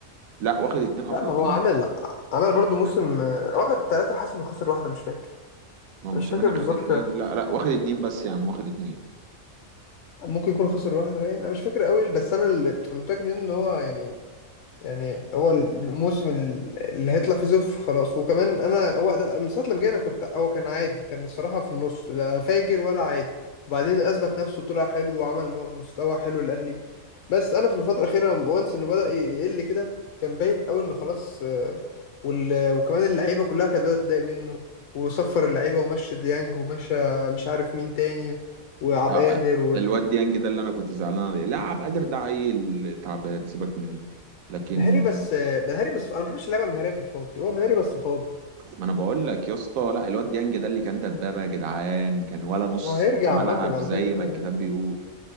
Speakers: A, on the right; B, on the left.
A: لا واخد اتنين أفريقيا
B: لا ما هو عمل عمل برضو
A: مش
B: موسم
A: فاكر
B: آه، واخد تلاتة حاسس إنه خسر واحدة مش فاكر
A: ما موسيماني
B: مش فاكر بالظبط
A: خد اتنين لا لا واخد اتنين بس يا عم واخد اتنين
B: ممكن يكون خسر واحدة باين أنا مش فاكر قوي بس أنا اللي أنا متأكد منه إن هو يعني يعني هو الموسم اللي هيطلع فيه صفر خلاص وكمان انا هو ده من ساعه لما جينا كنت هو كان عادي كان الصراحه في النص لا فاجر ولا عادي وبعدين اثبت نفسه طلع حلو وعمل م- مستوى حلو الاهلي بس انا في الفتره الاخيره وانس انه بدا ي- يقل كده كان باين قوي انه خلاص آه، وال... وكمان اللعيبه كلها كانت بدات تضايق منه وصفر اللعيبه ومشي ديانج ومشى مش عارف مين تاني وعبد
A: آه،
B: القادر
A: آه. الواد ديانج ده اللي انا كنت زعلان عليه لا عبد القادر ده عيل تعبان سيبك منه لكن
B: ومهاري بس آه، مهاري بس انا ما بحبش اللعيبه المهاريه في الفاضي هو مهاري بس فاضي
A: ما انا بقول لك يا اسطى لا الواد ديانج ده اللي كان دبابه يا جدعان كان ولا نص
B: ما هو هيرجع
A: ملعب
B: عامة على
A: زي
B: فكرة بيقولوا
A: ما الكتاب
B: هيرجع
A: بيقول